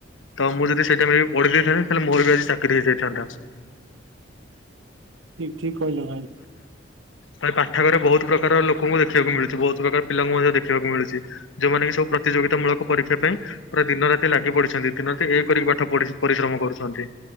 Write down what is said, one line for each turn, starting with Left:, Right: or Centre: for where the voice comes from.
Left: ତ ମୁଁ ଯଦି ସେଇଟାଇମ ରେ ବି ପଢି ଦେଇଥାନ୍ତି ତାହେଲେ ମୋର ବି ଆଜି ଚାକିରି ହେଇଯାଇଥାନ୍ତା।
Right: ଠିକ ଠିକ କହିଲ ଭାଇ।
Left: ତ ପାଠାଗାର ରେ ବହୁତ ପ୍ରକାର ଲୋକଙ୍କୁ ଦେଖିବାକୁ ମିଳୁଛି ବହୁତ ପ୍ରକାର ପିଲାଙ୍କୁ ମଧ୍ୟ ଦେଖିବାକୁ ମିଳୁଛି। ଯୋଉମାନେବି ସବୁ ପ୍ରତିଯୋଗିତା ମୂଳକ ପରୀକ୍ଷା ପାଇଁ ପାଇଁ ଦିନ ରାତି ଲାଗି ପଡିଛି। ଅଛନ୍ତି ଦିନରାତି ଏକ କରିକି ପାଠ ପଢି ପରିଶ୍ରମ କରୁଛନ୍ତି